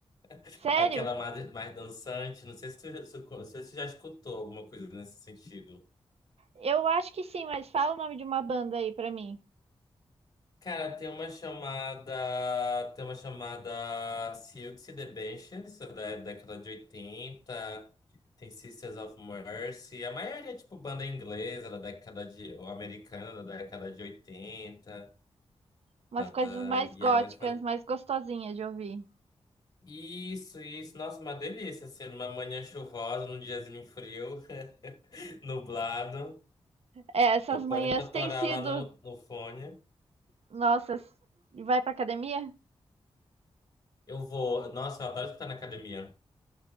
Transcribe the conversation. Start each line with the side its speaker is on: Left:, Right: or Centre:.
Left: <laughs>
Right: Sério?
Left: Aquela mais, mais dançante. Não sei se tu, se, não sei se tu já escutou alguma coisa nesse sentido.
Right: Eu acho que sim, mas fala o nome de uma banda aí pra mim.
Left: Cara, tem uma chamada. Tem uma chamada Silks e the Benches, da década de oitenta, Tem Sisters of Mercy. A maioria, é tipo, banda inglesa da década de. ou americana da década de 80.
Right: Umas coisas
Left: Ah,
Right: mais
Left: e
Right: góticas,
Left: aí elas fazem.
Right: mais gostosinhas de ouvir.
Left: Isso, isso. Nossa, uma delícia, assim, numa manhã chuvosa, num diazinho frio, <laughs> nublado.
Right: É, essas
Left: Eu
Right: manhãs
Left: ponho pra torar
Right: têm sido,
Left: lá no, no fone.
Right: nossa, vai pra academia?
Left: Eu vou. Nossa, eu adoro escutar na academia.